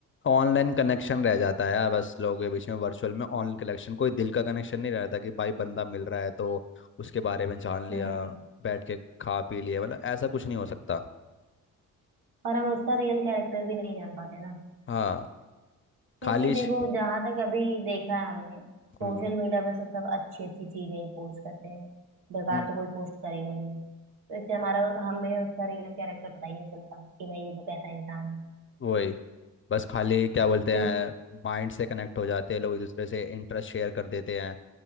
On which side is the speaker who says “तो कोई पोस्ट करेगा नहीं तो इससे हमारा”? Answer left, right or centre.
Right